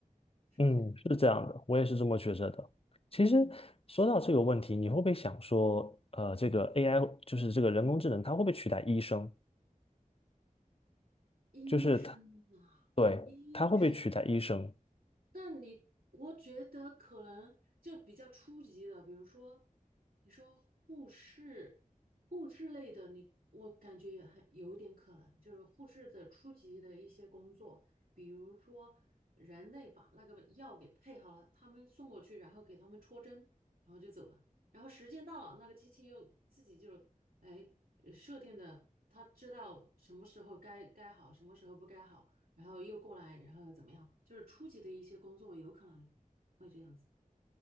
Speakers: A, on the right; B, on the left.
A: 是这样的
B: 嗯，是这样的，我也是这么觉着的。
A: 嗯
B: 其实说到这个问题，你会不会想说，呃，这个
A: 嗯，
B: AI 就是这个人工智能，它会不会取代医生？
A: 医生呐、
B: 就是它，对，
A: 医生。
B: 它会不会取代医生？
A: 但你，我觉得可能就比较初级的，比如说，你说护士、护士类的你，我感觉也很有一点可能，就是护士的初级的一些工作，比如说人类把那个药给配好了，他们送过去，然后给他们戳针，然后就走了，然后时间到了，那个机器又自己就哎呃设定的，它知道什么时候该该好，什么时候不该好。然后又过来，然后怎么样？就是初级的一些工作有可能会这样子。